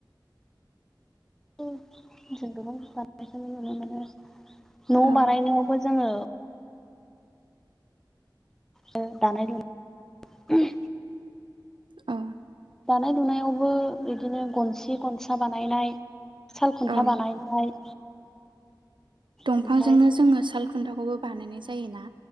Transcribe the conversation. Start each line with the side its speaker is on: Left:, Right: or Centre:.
Centre: उम जों गोबां बारनाय नुनो मोनो। न'
Right: औ
Centre: बानायनायावबो जोङो आरो दानाय लुनाय
Right: अ
Centre: दानाय लुनायावबो बिदिनो गनसे गनसा बानायनाय साल खुन्था
Right: औ
Centre: बानायनाय
Right: दंफांजोंनो
Centre: ओमफ्राय
Right: जोङो साल खुन्थाखौबो बानायनाय जायोना?